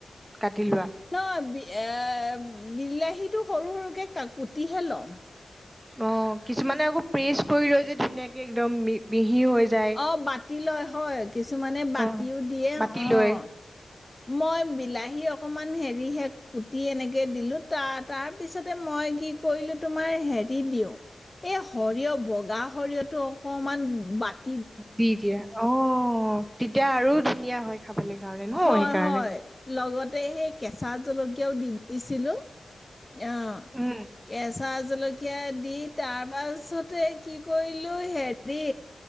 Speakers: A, on the right (about 15°); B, on the left (about 20°).
A: কাটি লোৱা,
B: ন বি- এ বিলাহীটো সৰু সৰুকে, <unintelligible> কুৰ্টীহে লও।
A: অ'। কিছুমানে আকৌ প্ৰেচ কৰি লয় যে ধুনীয়াকে একদম <unintelligible> যায়
B: অ' বাতি লয় হয় কিছুমানে বাতিও
A: অ
B: দিয়ে
A: বাতি
B: অ'।
A: লৈ
B: মই বিলাহী অকমান হেৰিহে কুটি এনেকে দিলো তাৰ তাৰপিছতে মই কি কৰিলো তোমাৰ হেৰি দিও এই সৰিয় বগা সৰিয়টো অকমান বাট
A: দি দিয়া অ' তেতিয়া আৰু ধুনীয়া হয়। খাবলৈ কাৰণে ন
B: হয়
A: সেইকাৰণে
B: হয় লগতে সেই কেচা জলকীয়া কিয়াও দি দিছিলো। অ'
A: উম
B: কেচা কেচা জলকীয়া দি তাৰপাছতে কি কৰিলো হেৰি